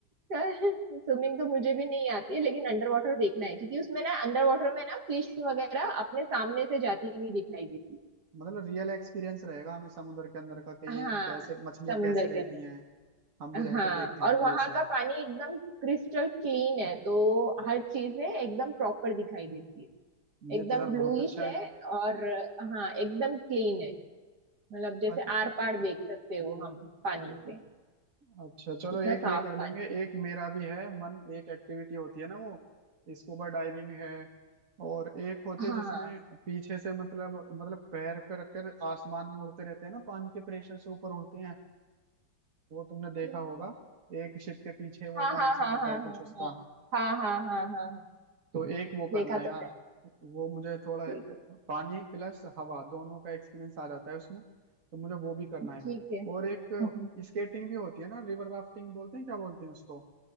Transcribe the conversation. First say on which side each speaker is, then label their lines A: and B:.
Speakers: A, on the right; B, on the right.
A: स्विमिंग तो मुझे भी नहीं आती है लेकिन अंडर वाटर देखना है क्योंकि उसमें ना अंडर वाटर में ना फिश वगैरह अपने सामने से जाती हुई दिखाई देती
B: मतलब रियल एक्सपीरियंस रहेगा हमें समुद्र के अंदर का कि ये
A: है हाँ
B: कैसे मछलियां
A: समुंदर
B: कैसे रहती
A: के अंदर
B: हैं हम भी
A: हाँ
B: रह के देखते हैं
A: और वहां
B: ये सब
A: का पानी एकदम क्रिस्टल क्लीन है तो हर चीजें एकदम प्रॉपर दिखाई देती है
B: ये
A: एकदम
B: तो यार
A: ब्लूइश
B: बहुत अच्छा
A: है और हाँ एकदम क्लीन है मतलब जैसे
B: है
A: आर पार देख सकते हो हम पानी से
B: अच्छा चलो
A: इतना
B: एक
A: साफ
B: ये कर
A: पानी
B: लेंगे एक मेरा भी है मन एक एक्टिविटी होती है ना वो स्कूबा डाइविंग है और एक होती
A: है।
B: है
A: हाँ
B: जिसमें पीछे से मतलब मतलब पैर पे रखकर आसमान में उड़ते रहते हैं ना पानी के प्रेशर से ऊपर उड़ते हैं वो तुमने देखा
A: हम्म,
B: होगा एक शिप के पीछे वो
A: हाँ
B: कनेक्शन
A: हाँ हाँ
B: रहता
A: हाँ
B: है
A: हाँ
B: कुछ उसका
A: हाँ हाँ हाँ हाँ हाँ हाँ
B: तो एक वो करना
A: देखा
B: है
A: तो
B: यार
A: है
B: वो मुझे थोड़ा
A: ठीक
B: अ, पानी प्लस हवा दोनों का एक्सपीरियंस आ जाता है उसमें तो मुझे वो भी करना
A: ठीक
B: है
A: है
B: और एक
A: <laughs>
B: स्केटिंग भी होती है ना रिवर राफ्टिंग बोलते हैं क्या बोलते हैं उसको